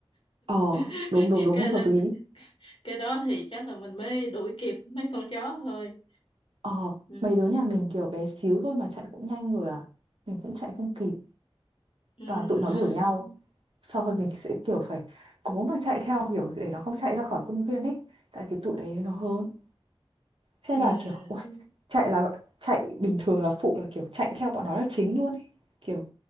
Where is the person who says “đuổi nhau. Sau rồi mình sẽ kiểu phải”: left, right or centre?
Right